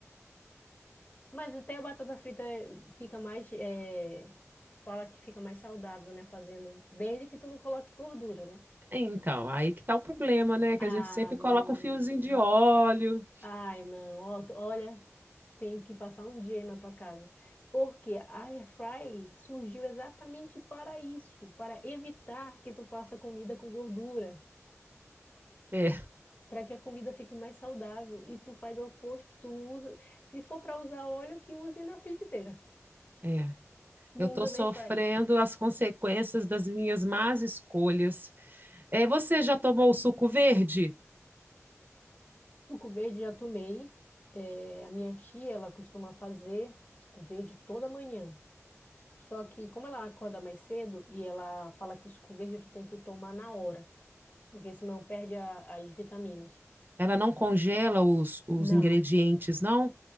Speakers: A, on the left; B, on the right.
A: Mas até a batata frita fica mais. eh, Fala que fica mais saudável, né? Fazendo. Desde que tu não coloque gordura, né?
B: Então, aí que tá o problema, né? Que
A: Ah,
B: a gente sempre
A: mãe.
B: coloca um fiozinho de óleo.
A: Ai, não. Ó, tu- Olha, tem que passar um dia aí na tua casa. Porque a Airfry surgiu exatamente para isso, para evitar que tu faça comida com gordura,
B: É,
A: para que a comida fique mais saudável. E tu faz o oposto, tu usa, se for para usar óleo, que use na frigideira,
B: é.
A: não
B: Eu tô
A: usa
B: sofrendo
A: na Airfry.
B: as consequências das minhas más escolhas. É, você já tomou o suco verde?
A: Suco verde já tomei. É, a minha tia, ela costuma fazer suco verde toda manhã. Só que como ela acorda mais cedo e ela fala que suco verde tu tem que tomar na hora, porque senão perde a- as vitaminas.
B: Ela não congela
A: É,
B: os, os
A: Não.
B: ingredientes, não?